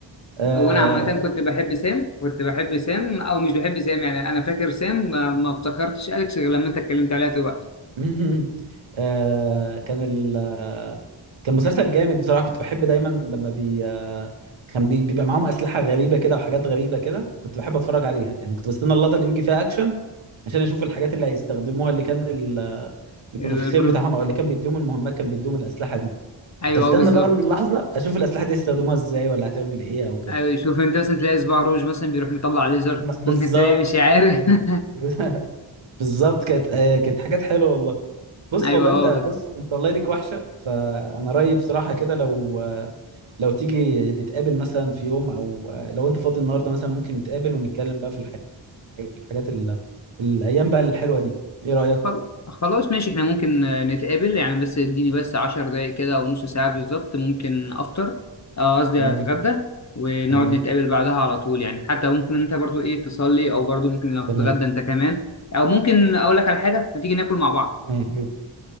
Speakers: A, on the right; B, on the left.
A: آه
B: او انا عامه كنت بحب سام كنت بحب سام او مش بحب سام يعني انا فاكر سام ما, ما افتكرتش اليكس غير لما انت اتكلمت عليها دلوقتي
A: مهم. آه كان ال آه، كان مسلسل جامد بصراحة كنت بحب دايما لما بي آه كان بي بيبقى معاهم أسلحة غريبة كده وحاجات غريبة كده كنت بحب أتفرج عليها يعني كنت بستنى اللقطة اللي يجي فيها أكشن عشان أشوف الحاجات اللي هيستخدموها اللي كان ال- البروفيسور
B: البرو...
A: بتاعهم أو اللي كان بيديهم المهمات كان بيديهم الأسلحة دي كنت
B: ايوه
A: أستنى
B: اه بالظبط
A: بقى اللحظة أشوف الأسلحة دي هيستخدموها إزاي ولا هتعمل إيه أو كده
B: ايوه شوف انت مثلا تلاقي صباع روج مثلا بيروح مطلع ليزر
A: م- بالظبط
B: ممكن تلاقي مش عارف <laughs>
A: <laughs> بالظبط كانت آه كانت حاجات حلوة والله بص
B: ايوه
A: والله انت
B: اه
A: بص انت والله ليك وحشه فانا رايي بصراحه كده لو لو تيجي نتقابل مثلا في يوم او لو انت فاضي النهارده مثلا ممكن نتقابل ونتكلم بقى في الح... الحاجات ال... الايام بقى الحلوه دي ايه رايك
B: خل- خلاص ماشي احنا ممكن آه، نتقابل يعني بس اديني بس عشر دقايق كده او نص ساعة بالظبط ممكن افطر آه، قصدي
A: تمام
B: اتغدى ونقعد
A: تمام
B: نتقابل بعدها على طول يعني حتى ممكن انت برضو ايه تصلي او برضو ممكن لو تتغدى
A: تمام
B: انت كمان او ممكن اقول لك على حاجة ما تيجي ناكل مع بعض
A: تمام